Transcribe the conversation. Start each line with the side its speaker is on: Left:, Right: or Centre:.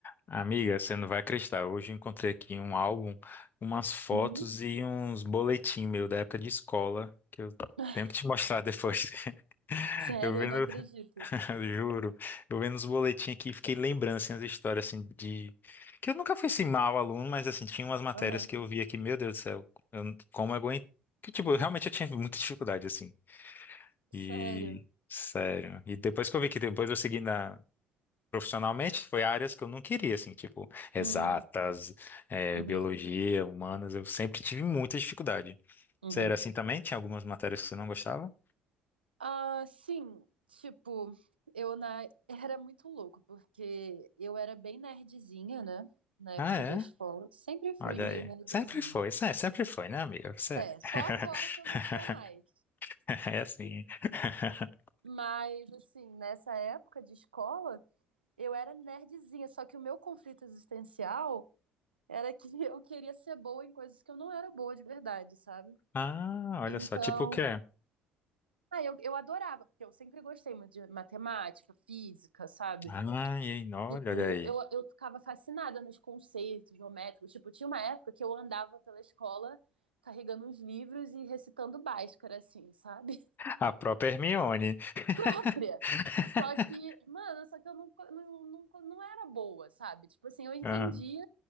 Left: Amiga, você não vai acreditar. Hoje eu encontrei aqui um álbum, umas fotos
Right: Uhum.
Left: e uns boletim meu da época de escola, que eu
Right: <laughs>
Left: tenho que te mostrar depois. <laughs>
Right: Sério,
Left: Eu vendo,
Right: eu não acredito.
Left: <laughs> juro, eu vendo os boletins aqui, fiquei lembrando assim as histórias assim de que eu nunca fui assim mau aluno, mas assim tinha umas matérias
Right: Aham.
Left: que eu via que, meu Deus do céu, eu- como eu aguento, que tipo, realmente eu tinha muita dificuldade assim. E
Right: Sério.
Left: sério. E depois que eu vi que depois eu segui na Profissionalmente, foi áreas que eu não queria, assim, tipo, exatas,
Right: Hum.
Left: eh,
Right: Uhum.
Left: biologia, humanas, eu sempre tive muita dificuldade.
Right: Uhum.
Left: Você era assim também? Tinha algumas matérias que você não gostava?
Right: Ah, sim. Tipo, eu na... era muito louco, porque eu era bem nerdzinha, né? Na
Left: Ah,
Right: época
Left: é?
Right: da escola. Sempre fui
Left: Olha
Right: meio
Left: aí.
Right: nerdzinha.
Left: Sempre foi, se- sempre foi, né, amiga? Você
Right: É,
Left: <laughs>
Right: só agora que eu não sou mais.
Left: é assim. <laughs>
Right: Mas, assim, nessa época de escola, eu era nerdzinha. Só que o meu conflito existencial era que <laughs> eu queria ser boa em coisas que eu não era boa de verdade, sabe?
Left: Ah, olha
Right: Então,
Left: só, tipo o quê?
Right: Ah, eu, eu adorava, porque eu sempre gostei muito de matemática, física, sabe?
Left: Ai, hein, olha,
Right: Tipo,
Left: olha aí.
Right: eu, eu ficava fascinada nos conceitos geométricos. Tipo, tinha uma época que eu andava pela escola carregando uns livros e recitando Bhaskara, assim, sabe?
Left: A própria Hermione.
Right: <laughs> Própria.
Left: <laughs>
Right: Só que, mano, só que eu não, não, não, não era boa, sabe? Tipo assim, eu entendia
Left: Ah,